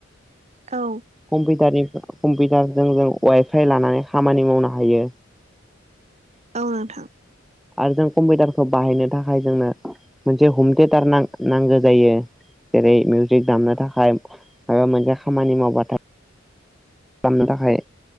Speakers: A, on the right (about 35°); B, in the centre.
A: औ
B: कमपिटारनि कम्पिटारजों जों वाइफाइ लानानै खामानि मावनो हायो।
A: औ नोंथां
B: आरो जों कम्पिटारखौ बाहायनो थाखाय जोंनो मोनसे हम तेटार ना - नांगो जायो जेरै मिउजिक दामनो थाखाय मायबा मोनसे खामानि मावबाथा आमनो थाखाय